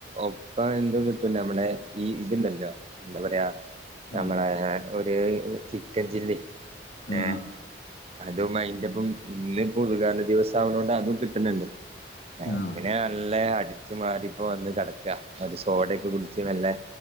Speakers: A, on the right (about 30°); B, on the left (about 60°).
A: ഒപ്പം എന്തും കിട്ടും നമ്മുടെ ഈ ഇത്ണ്ടല്ലോ എന്താ പറയാ നമ്മളെ
B: ആ
A: ഒര് ചിക്കൻ ചില്ലി.
B: ആ
A: ഏഹ് അതും അയിന്റെപ്പം ഇന്ന് ഉദ്ഘാടന ദിവസാവുന്നൊണ്ട് അതും കിട്ട്ന്ണ്ട്. ഏഹ്,
B: ആ
A: അപ്പം
B: ആ
A: പിന്നെ നല്ല അടിച്ചു മാറി ഇപ്പ വന്ന് കടക്കാ ഒരു സോഡെയെക്കകുടിച്ചുവല്ലെ